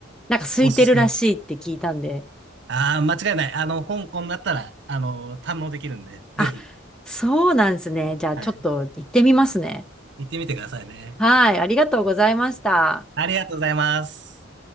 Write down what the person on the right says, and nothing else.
おすすめ。ああ、間違いない。あの、香港だったら、あの、堪能できるんで、
ぜひ、
はい。行ってみてくださいね。
ありがとうございます。